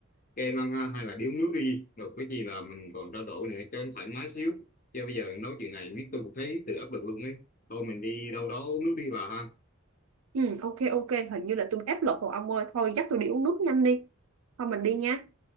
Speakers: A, on the left; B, on the right.
A: kem ăn ha, hay là đi uống nước đi rồi cái gì là mình còn trao đổi nữa cho nó thoải mái xíu chứ bây giờ nói chuyện này biết tôi cũng thấy tự áp lực luôn ấy thôi mình đi đâu đó uống nước đi bà ha
B: ừ, ok ok hình như là tôi áp lực rồi ông ơi thôi dắt tôi đi uống nước nhanh đi thôi mình đi nha